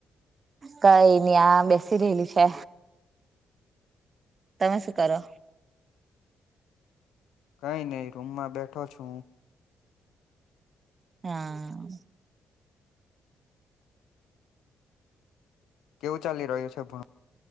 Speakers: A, on the right (about 45°); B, on the left (about 75°).
A: કાઈ ની આ બેસી રહેલી છે તમે શું કરો
B: કઈ નઈ રૂમમાં બેઠો છું
A: હા
B: કેવું ચાલી રહ્યું છે ભણ